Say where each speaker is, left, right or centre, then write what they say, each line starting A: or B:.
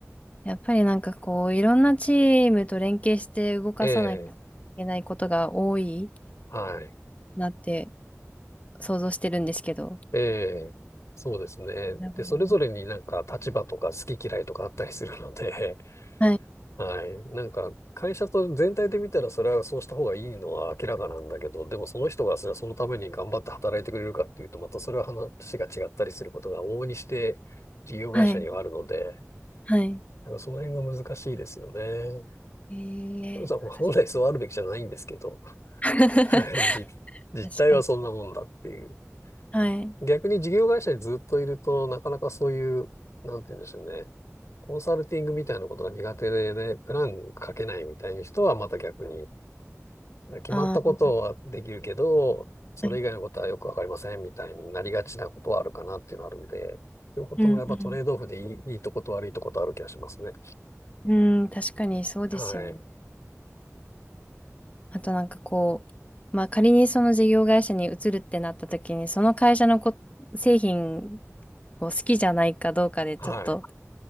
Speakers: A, on the left; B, on the left.
A: やっぱりなんかこう、いろんなチームと連携して動かさなきゃいけないことが多い
B: ええ。はい。
A: なって想像してるんですけど。
B: ええ、そうですね。
A: なるほど。
B: で、それぞれになんか立場とか好き嫌いとかあったりするので、<laughs>
A: はい、
B: はい。なんか会社と全体で見たらそれはそうした方がいいのは明らかなんだけど、でもその人がそれはそのために頑張って働いてくれるかっていうと、またそれは話が違ったりすることが往々にして事業会社にはあるので、
A: はい、はい。
B: なんかその辺が難しいですよね。
A: え
B: そう本来そうあるべきじゃないんですけど、
A: ー、確かに。<laughs>
B: はい。じ実態はそんなもんだっていう。
A: 確かに。はい。
B: 逆に事業会社にずっといると、なかなかそういう、なんて言うんでしょうね。コンサルティングみたいなことが苦手で、プラン書けないみたいな人はまた逆に、決まったことはできるけど、
A: あー、
B: それ以外のことはよくわかりませんみたいになりがちなことはあるかなっていうのはあるんで、
A: はい。
B: いうこともやっぱトレードオフでいい、
A: うん、うん。
B: いいとこと悪いとことある気がしますね。
A: うん、確かにそうですよね。
B: はい。
A: あとなんかこう、まあ仮にその事業会社に移るってなった時に、その会社のこ、製品を好きじゃないかどうかでちょっと
B: はい。